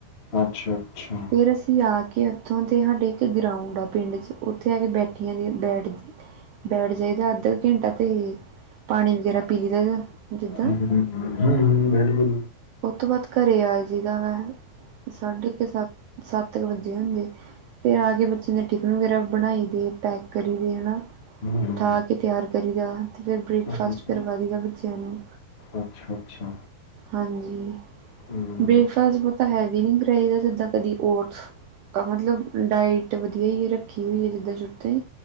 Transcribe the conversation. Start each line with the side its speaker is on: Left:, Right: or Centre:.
Left: ਅੱਛਾ- ਅੱਛਾ।
Right: ਫਿਰ ਅਸੀਂ ਆ ਕੇ ਉੱਥੋਂ ਉੱਥੇ ਹਾਡੇ ਇੱਕ ਗਰਾਊਂਡ ਆ ਪਿੰਡ ' ਉੱਥੇ ਆ ਕੇ ਬੈਠੀਆਂ ਦੀ ਬੈਠ ਬੈਠ ਜਾਈਦਾ ਹਾਡੇ ਅੱਧਾ ਘੰਟਾ ਤੇ ਪਾਣੀ ਵਗੈਰਾ ਪੀ ਲਈ ਦਾ ਜਿੱਦਾਂ
Left: ਹੂੰ ਹੂੰ ਬਿਲਕੁਲ ਬਿਲਕੁਲ
Right: ਉੱਤੋਂ ਬਾਅਦ ਘਰੇ ਆ ਜਾਈਦਾ ਵੇ ਸਾਢੇ ਕੇ ਸੱਤ ਸੱਤ ਕੁ ਵੱਜੇ ਹੁੰਦੇ ਫਿਰ ਆ ਕੇ ਬੱਚੇ ਦੇ ਟਿਫਿਨ ਵਗੈਰਾ ਬਣਾਈ ਦੀ ਪੈਕ ਕਰੀ ਹਨਾ
Left: ਹੂੰ ਹੂੰ
Right: ਠਾ ਕੇ ਤਿਆਰ ਕਰੀ ਦਾ ਤੇ ਫਿਰ ਬ੍ਰੇਕਫਾਸਟ
Left: ਹੂੰ
Right: ਕਰਵਾ ਦਈ ਦਾ ਬੱਚਿਆਂ ਨੂੰ
Left: ਅੱਛਾ ਅੱਛਾ
Right: ਹਾਂਜੀ
Left: ਹੂੰ
Right: ਬ੍ਰੇਕਫਾਸਟ ਬਹੁਤਾ ਹੈਵੀ ਨਹੀਂ ਕਰਾਈ ਦਾ ਜਿੱਦਾਂ ਕਦੀ ਓਟਸ ਮਤਲਬ ਡਾਇਟ ਵਧੀਆ ਹੀ ਰੱਖੀ ਹੋਈ ਹੈ ਜਿੱਦਾਂ ਜੁੱਤੇ